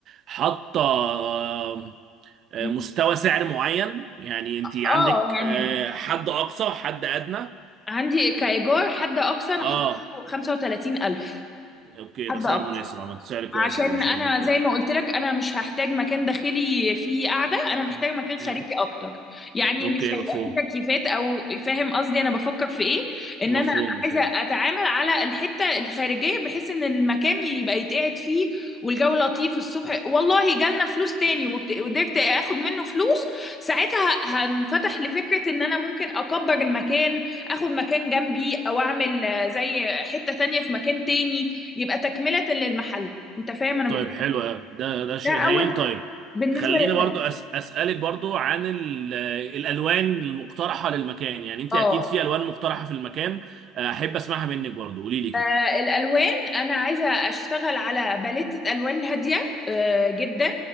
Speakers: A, on the right (about 55°); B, on the left (about 20°).
A: حاطة آم، آه،
B: مم.
A: مستوى سعر معين يعني انت عندك
B: اه يعني
A: آه، حد اقصى حد ادنى
B: عندي كإيجار حد أقصى أنا
A: اه
B: حاطه له 35000
A: اوكي
B: حد
A: ده سعر
B: أقصى
A: مناسب عملت سعر كويس
B: عشان
A: أوي ان شاء
B: انا
A: الله تلاقي
B: زي ما قلت لك انا مش هحتاج مكان داخلي فيه قاعده انا محتاج مكان خارجي
A: مم.
B: اكتر يعني
A: اوكي
B: مش هيبقى
A: مفهوم
B: فيه تكييفات او فاهم قصدي انا بفكر في ايه ان
A: مفهوم
B: انا
A: مفهوم
B: عايزه اتعامل على الحته الخارجيه بحيث ان المكان يبقى يتقعد فيه والجو لطيف الصبح والله جالنا فلوس تاني وبت- وقدرت اخد منه فلوس ساعتها هنفتح لفكره ان انا ممكن اكبر المكان اخد مكان جنبي او اعمل آه، زي حته تانية في مكان تاني يبقى تكمله للمحل انت فاهم انا
A: طيب
B: بفكر
A: حلو أوي. ده ده شيء
B: ده
A: هايل
B: اول
A: طيب
B: بالنسبه
A: خلينا
B: للمرأة
A: برضو أس اسالك برضو عن ال- الالوان المقترحه للمكان يعني انت
B: اه
A: اكيد في الوان مقترحه في المكان آه، احب اسمعها منك برضو قولي لي كده
B: آه، الالوان انا عايزه اشتغل على باليتة الوان هاديه آه، جدا